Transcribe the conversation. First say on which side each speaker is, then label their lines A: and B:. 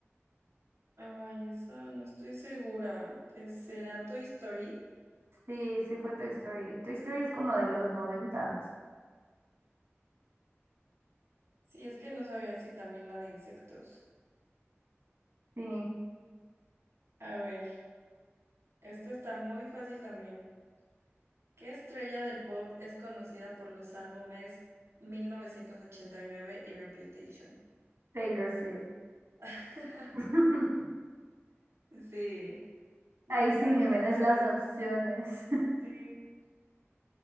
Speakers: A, on the right (about 85°); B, on the right (about 65°).
A: ay, esa no estoy segura. ¿Es- ¿Será Toy Story?
B: Sí, sí fue Toy Story. Toy Story es
A: Eh,
B: como de los noventas.
A: Sí, es que no sabía si también la de insectos.
B: Sí,
A: A ver, esta está muy fácil también. ¿Qué estrella del pop es conocida por los álbumes 1989 y nueve y Reputation?
B: Taylor Swift.
A: <laughs>
B: <laughs>
A: Sí, ni
B: Ahí
A: me
B: sí ni
A: dejaste
B: me des las
A: decir.
B: opciones.
A: Sí,